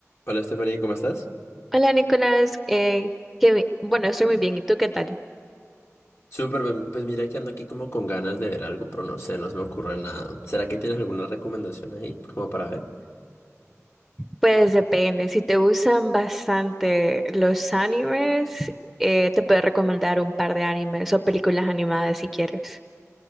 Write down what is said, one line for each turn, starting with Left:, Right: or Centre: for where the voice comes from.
Left: Hola Stephanie, ¿cómo estás?
Centre: Hola Nicolás, eh, qué bi- bueno, estoy muy bien. ¿Y tú qué tal?
Left: Súper, bien. pues mira que ando aquí como con ganas de ver algo, pero no sé, no se me ocurre nada. ¿Será que tienes alguna recomendación ahí como para ver?
Centre: Pues depende. Si te gustan bastante los animes, eh, te puedo recomendar un par de animes o películas animadas si quieres.